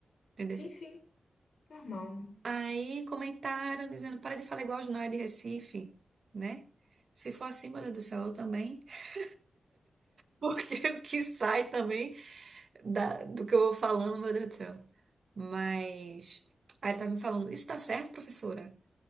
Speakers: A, on the right; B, on the left.
A: Entendeu?
B: Sim, sim, normal.
A: Aí comentaram dizendo, para de falar igual os nóia de Recife, né? Se for assim, meu Deus do céu, eu também. <laughs> Porque o que sai também da- do que eu vou falando, meu Deus do céu. Mas aí ela tava me falando, isso tá certo, professora?